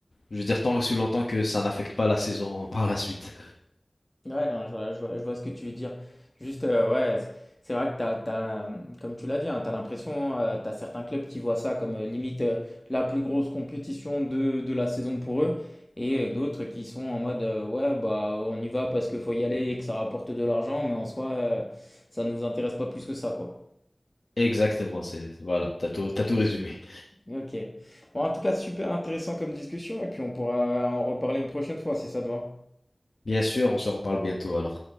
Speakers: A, on the left; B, on the left.
A: je veux dire tant sous longtemps que ça n'affecte pas la saison <laughs> par la suite.
B: Ouais, non, je vois, je vois, je vois ce que tu veux dire. Juste, euh, ouais, c'est c'est vrai que t'as, t'as, comme tu l'as dit, tu as l'impression, euh, tu as certains clubs qui voient ça comme euh, limite euh, la plus grosse compétition de, de la saison pour eux, et euh, d'autres qui sont en mode, euh, ouais, bah on y va parce qu'il faut y aller et que ça rapporte de l'argent, mais en soi, euh, ça nous intéresse pas plus que ça, quoi.
A: Exactement, c'est voilà, t'as tout, t'as tout résumé.
B: Ok. Bon, en tout cas, super intéressant comme discussion et puis on pourra en reparler une prochaine fois si ça te va.
A: Bien sûr, on se reparle bientôt alors.